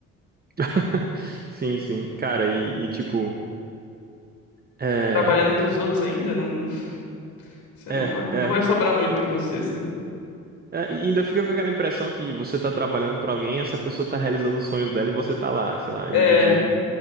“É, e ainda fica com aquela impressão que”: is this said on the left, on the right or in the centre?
Right